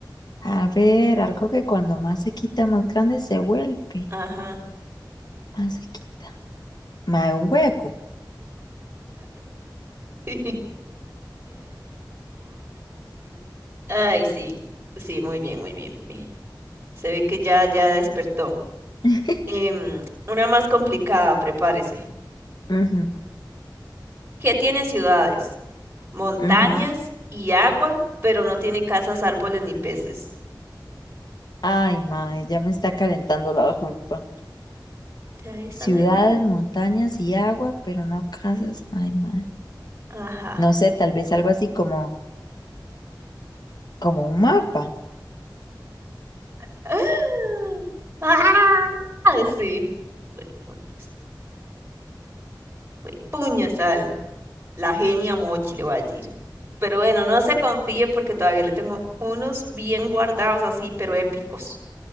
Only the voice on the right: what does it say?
Ajá.
<laughs> Ay, sí, sí, muy bien, muy bien, muy bien. Se ve que ya, ya despertó.
Em, una más complicada, prepárese.
que tiene ciudades, montañas
y agua, pero no tiene casas, árboles ni peces.
¿De ahí está
la idea?
Ajá.
<laughs> <gasps> ¡Ah! Sí. Huepuñas. Huepuñas al- La genia Mochi, le voy a decir. Pero bueno, no se confíe porque todavía le tengo unos bien guardados así, pero épicos.